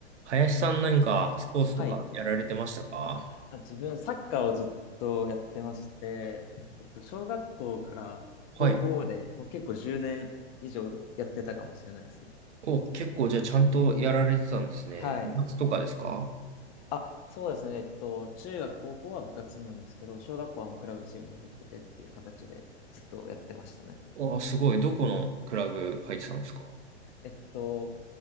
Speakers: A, on the right; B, on the left.
A: 林さん何かスポーツとかやられてましたか
B: はい。あ、自分、サッカーをずっとやってまして、えっと、小学校から高校まで、
A: はい。
B: もう結構10年以上やってたかもしれないですね。
A: お、結構じゃあちゃんとやられてたんですね。
B: はい。
A: 部活とかですか
B: あ、そうですね。えっと、中学、高校は部活なんですけど、小学校はもうクラブチームに入っててっていう形でずっとやってましたね。
A: あ、すごい。どこのクラブ入ってたんですか
B: えっと、